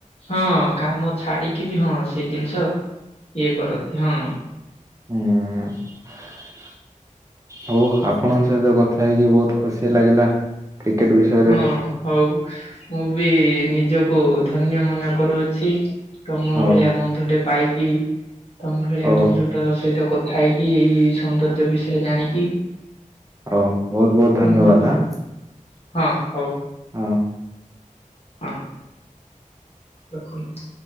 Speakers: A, on the left (about 45°); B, on the right (about 25°).
A: ହଁ କାମ ଛାଡିକି ବି ହଁ ସେଇ ଜିନିଷ ଇଏ କରନ୍ତି ହଁ।
B: ହୁଁ। ହଉ ଆପଣଙ୍କ ସହିତ କଥା ହେଇକି ବହୁତ ଖୁସି ଲାଗିଲା। କ୍ରିକେଟ ବିଷୟ।
A: ହଁ ହଉ ମୁଁ ବି ନିଜକୁ ଧନ୍ୟ ମନେ କରୁଅଛି। ତମ
B: ହଉ
A: ଭଳିଆ ବନ୍ଧୁଟେ ପାଇକି ତମ ଭଳିଆ
B: ହଉ
A: ବନ୍ଧୁଟ ସହିତ କଥା ଖାଇକି ଏଇ ସୌନ୍ଦର୍ଯ୍ୟ ବିଷୟରେ ଜାଣିକି।
B: ହଉ ବହୁତ ବହୁତ ଧନ୍ୟବାଦ
A: ମୁଁ ବି ବହୁ
B: ଆଁ।
A: ହଁ ହଉ।
B: ହଁ।
A: ହଁ ରଖନ୍ତୁ।